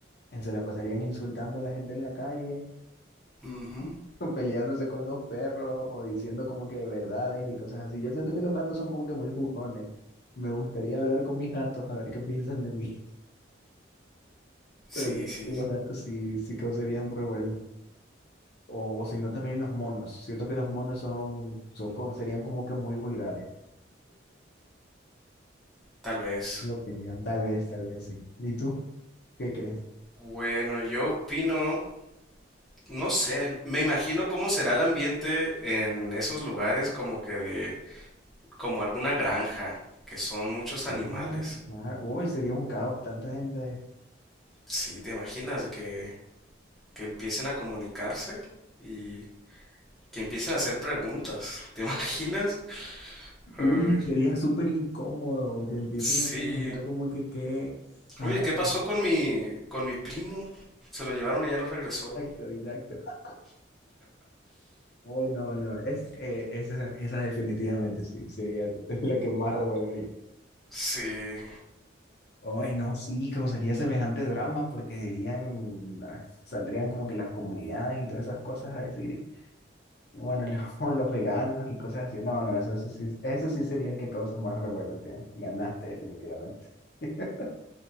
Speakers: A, on the left; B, in the centre.
A: Eh, Se la pasarían insultando a la gente en la calle,
B: Ujú.
A: <laughs> peleándose con los perros o diciendo como que verdades y cosas así. Yo siento que los gatos son como que muy jugones. Me gustaría hablar con mis gatos a ver qué piensan de mí.
B: Sí,
A: Pero yo creo
B: sí,
A: que los gatos sí, sí causarían revuelo. O, o si no, también los monos. Siento que los monos son, son como- serían como que muy vulgares.
B: tal vez.
A: Mi opinión, tal vez, tal vez sí. ¿Y tú qué crees?
B: Bueno, yo opino, no sé, me imagino cómo será el ambiente en esos lugares como que de, como alguna granja, que son muchos animales.
A: Ah, claro. Uy, sería un caos, tanta gente.
B: Sí, ¿te imaginas de que que empiecen a comunicarse y que empiecen a hacer preguntas. <laughs> ¿Te imaginas?
A: Uy,
B: Ay,
A: sería súper incómodo que empiecen
B: sí.
A: a preguntar como que qué, a
B: Oye,
A: dónde
B: ¿qué pasó
A: estás.
B: con mi con mi primo? Se lo llevaron y ya no regresó.
A: Exacto, exacto. <laughs> Uy, no, no. Es, eh, esa, esa definitivamente sí, sería <laughs> la que más revuelo haría.
B: Sí.
A: Ay, no, sí, causaría semejante drama porque dirían, ah, saldrían como que las comunidades y todas esas cosas a decir, bueno, los, <laughs> los veganos y cosas así. No, no, eso, eso sí, eso sí sería el que causa más revuelo, tío. Ganaste definitivamente. <laughs>